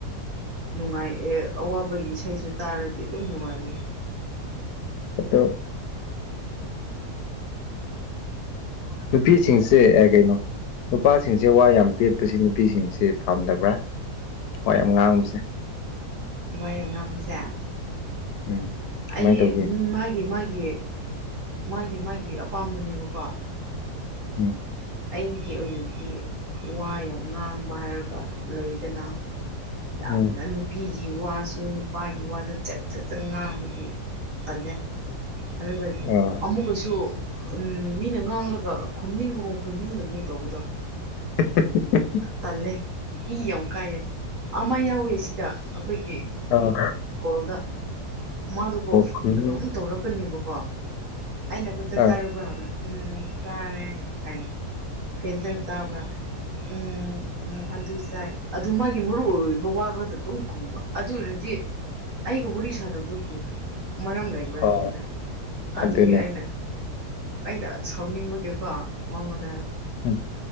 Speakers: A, on the right (about 50°); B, on the left (about 75°).
A: ꯅꯨꯡꯉꯥꯏ ꯑꯦ ꯑꯋꯥꯕꯒꯤ ꯏꯁꯩꯁꯨ ꯇꯥꯔꯗꯤ ꯑꯗꯨꯝ ꯅꯨꯡꯉꯥꯏꯕꯅꯤ
B: ꯑꯇꯣ ꯅꯨꯄꯤꯁꯤꯡꯁꯦ ꯀꯩꯅꯣ ꯅꯨꯄꯥꯁꯤꯡꯁꯦ ꯋꯥ ꯌꯥꯝ ꯄꯦꯠꯄꯁ ꯅꯨꯄꯤꯁꯤꯡꯁꯤ ꯐꯥꯝꯗꯕ꯭ꯔꯥ ꯋꯥ ꯌꯥꯝ ꯉꯥꯡꯕꯁꯦ
A: ꯋꯥ ꯌꯥꯝ ꯉꯡꯕꯥꯁꯦ
B: ꯎꯝ ꯀꯃꯥꯏꯅ
A: ꯑꯩ
B: ꯇꯧꯒꯦ
A: ꯃꯥꯒꯤ ꯃꯥꯒꯤ ꯃꯥꯒꯤ ꯃꯥꯒꯤ ꯃꯥꯒꯤ ꯑꯄꯥꯝꯕꯅꯦꯕꯀꯣ
B: ꯎꯝ
A: ꯑꯩꯒꯤ ꯑꯣꯏꯅꯗꯤ ꯋꯥ ꯌꯥꯝ ꯉꯥꯡꯕ ꯍꯥꯏꯔꯒ ꯂꯩꯗꯅ ꯌꯥꯝꯅ
B: ꯎꯝ
A: ꯅꯨ ꯅꯨꯄꯤꯒꯤ ꯋꯥꯁꯨ ꯅꯨꯄꯥꯒꯤ ꯋꯥꯁꯨ ꯆꯠ ꯆꯠ ꯆ ꯉꯥꯡꯕꯗꯤ ꯇꯜꯂꯦ ꯑꯗꯨꯒ
B: ꯑ
A: ꯑꯃꯨꯛꯀꯁꯨ ꯃꯤꯅ ꯉꯥꯡꯂꯒ ꯈꯨꯝꯅꯤꯡꯕꯒꯨꯝ ꯈꯨꯗꯤꯗ ꯑꯃꯨꯛ ꯇꯧꯕꯗ
B: <unintelligible>
A: ꯇꯜꯂꯦ ꯏ ꯌꯥꯝ ꯀꯥꯏꯑꯦ ꯑꯃ ꯌꯥꯎꯋꯦ ꯁꯤꯗ ꯑꯩꯈꯣꯏꯒꯤ
B: ꯑꯣ
A: ꯀꯣꯜꯗ ꯃꯥꯗꯨ ꯀꯣ
B: ꯈꯨꯟ
A: ꯑꯗꯨꯝ ꯇꯧꯔꯛꯀꯅꯦꯕꯀꯣ ꯑꯩꯅ ꯄꯣ ꯆꯥꯛ
B: ꯑꯥ
A: ꯆꯥꯔꯕ꯭ꯔꯥ ꯍꯪꯕ ꯎꯝ ꯆꯥꯔꯦ ꯍꯥꯏꯅꯤ ꯀꯩ ꯏꯟꯁꯡ ꯆꯥꯕ꯭ꯔꯥ ꯎ ꯎꯝ ꯑꯗꯨ ꯆꯥꯏ ꯑꯗꯨ ꯃꯥꯒꯤ ꯃꯔꯨ ꯑꯣꯏꯕ ꯋꯥ ꯈꯛꯇ ꯑꯗꯨꯝ ꯈꯨꯝꯕ ꯑꯗꯨ ꯑꯣꯏꯔꯗꯤ ꯑꯩꯒ ꯋꯥꯔꯤ ꯁꯥꯟꯅꯕꯗꯨ ꯈ꯭ꯔꯤ ꯃꯔꯝ ꯂꯩꯕ꯭ꯔꯥ
B: ꯍ
A: ꯍꯥꯌꯕꯥꯅꯤꯗ ꯑꯗꯨꯒꯤ
B: ꯑꯗꯨꯅꯦ
A: ꯑꯩꯅ ꯑꯩꯗ ꯁꯥꯎꯅꯤꯡꯕꯒꯤꯀꯣ ꯃꯥꯡꯉꯣꯟꯗ ꯍꯥꯏꯕꯥ
B: ꯎꯝ